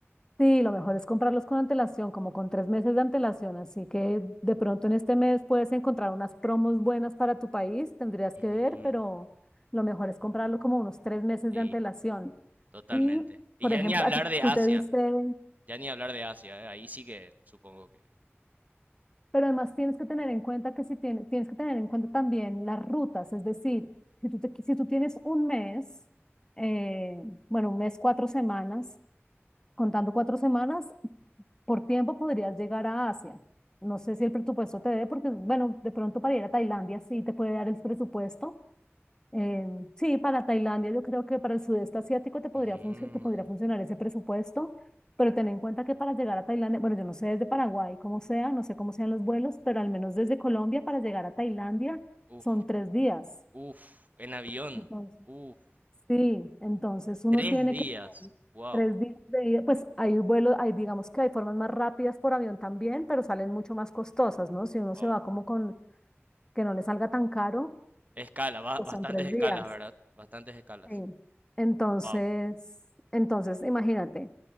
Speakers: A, on the left; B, on the right.
A: Sí, lo mejor es comprarlos con antelación, como con tres meses de antelación. Así que de pronto en este mes puedes encontrar unas promos buenas para tu país, tendrías
B: Ujú,
A: que ver, pero lo mejor es comprarlo como unos tres meses
B: Sí.
A: de antelación.
B: Totalmente.
A: Y,
B: Y
A: por
B: ya
A: ejemplo,
B: ni hablar
A: a ti-
B: de
A: tú
B: Asia,
A: te viste,
B: ya ni hablar de Asia, eh, Ahí sí que supongo que...
A: pero además tienes que tener en cuenta que si tienes, tienes que tener en cuenta también las rutas, es decir, si tú, te, si tú tienes un mes, eh, bueno, un mes, cuatro semanas, contando cuatro semanas, por tiempo podrías llegar a Asia. No sé si el presupuesto te dé, porque, bueno, de pronto para ir a Tailandia sí te puede dar el presupuesto. Eh, sí, para Tailandia yo creo que para el sudeste asiático te podría,
B: Ujú.
A: funcio- te podría funcionar ese presupuesto, pero ten en cuenta que para llegar a Tailandia, bueno, yo no sé desde Paraguay cómo sea, no sé cómo sean los vuelos, pero al menos desde Colombia para llegar a Tailandia
B: Uf,
A: son tres días.
B: uf, en avión,
A: Entonces,
B: uf,
A: Sí, entonces uno
B: tres
A: tiene
B: días,
A: que tener
B: wow,
A: tres días de ida. Pues hay vuelos, hay digamos que hay formas más rápidas por avión también, pero salen mucho más costosas, ¿no? Si uno
B: wow.
A: se va como con que no le salga tan caro,
B: Escala, ba-
A: pues
B: bastantes
A: son tres
B: escalas,
A: días.
B: ¿verdad? Bastantes escalas,
A: Sí. Entonces,
B: wow,
A: entonces imagínate,